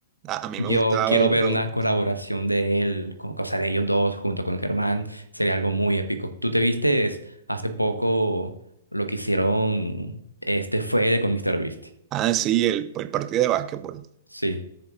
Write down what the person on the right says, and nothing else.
A, a mí
me gustaba,
me
gust-
ah, sí, el, el partido de básquetbol.